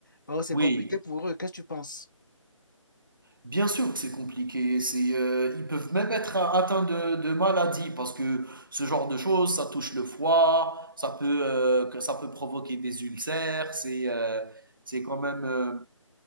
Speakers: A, on the left; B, on the right.
A: bah, c'est
B: Oui.
A: compliqué pour eux. Qu'est-ce que tu penses?
B: Bien sûr que c'est compliqué. C'est, euh, ils peuvent même être a- atteints de, de maladies parce que ce genre de choses, ça touche le foie, ça peut, euh, que- ça peut provoquer des ulcères. C'est, euh, c'est quand même euh,